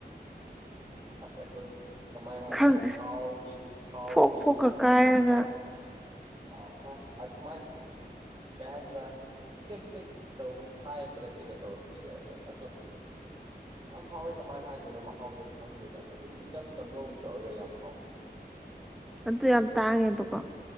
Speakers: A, on the right; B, in the centre.
A: ꯑꯁ ꯑꯩꯈꯣꯏ ꯀꯃꯥꯏ ꯍꯥꯏꯁꯤꯔꯥ
B: ꯈꯪ
A: ꯊꯥꯎꯒꯤ ꯊꯥꯎꯒꯤ
B: ꯐꯣꯛ ꯐꯣꯛꯀ ꯀꯥꯏꯔꯒ
A: ꯃꯍꯥꯎ ꯑ ꯑ ꯑꯗꯨꯃꯥꯏ ꯀꯩꯍꯥꯏꯁꯤꯔꯥ ꯇꯦꯛ ꯇꯦꯛ ꯇꯧꯕ ꯁꯥꯏꯕꯗ ꯀꯩꯅꯣ ꯇꯧꯔꯛꯄꯁꯨ ꯌꯥꯏ ꯍꯣꯏ ꯑꯗꯣ ꯌꯥꯝ ꯍꯥꯎꯋꯦ ꯀꯃꯥꯏꯅ ꯍꯥꯏꯗꯣꯏꯅꯣ ꯃꯍꯥꯎꯗꯣ ꯈꯪꯗꯦꯗ ꯑꯗꯨꯝ ꯏꯆꯝ ꯆꯝꯕꯒꯨꯝ ꯇꯧꯔꯒ ꯌꯥꯝ ꯍꯥꯎꯋꯦ
B: ꯑꯗꯨ ꯌꯥꯝ ꯇꯥꯡꯉꯦꯕꯀꯣ